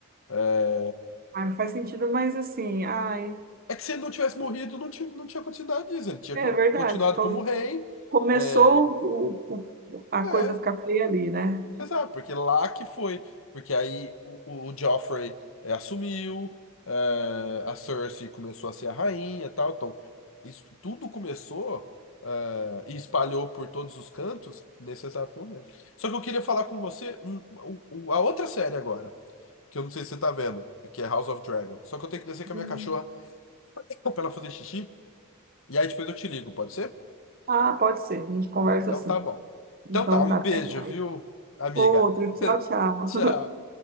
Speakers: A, on the left; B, on the right.
A: É
B: ah, não faz sentido, mas assim, ai,
A: é que se ele não tivesse morrido, não tinha, não tinha acontecido nada disso Ele tinha
B: é
A: con-
B: verdade.
A: continuado
B: Como
A: como rei.
B: começou
A: É,
B: o, o- a
A: é.
B: coisa ficar feia ali, né?
A: Exato, porque lá que foi. Porque aí o, o, o Joffrey eh, assumiu, eh, a Cersei começou a ser a rainha e tal. Então, isso tudo começou, eh, e espalhou por todos os cantos nesse exato momento. Só que eu queria falar com você um, o- o- a outra série agora, que eu não sei se você tá vendo, que é House of Dragon. Só que eu tenho que descer com
B: Uhum.
A: a minha cachorra pra ela fazer xixi. E aí depois eu te ligo, pode ser?
B: Ah, pode ser. A gente conversa
A: Então
B: assim.
A: tá bom. Então
B: Então
A: tá, um
B: tá,
A: beijo,
B: até mais.
A: viu, amiga?
B: Outro, tchau, tchau.
A: <laughs> Tchau.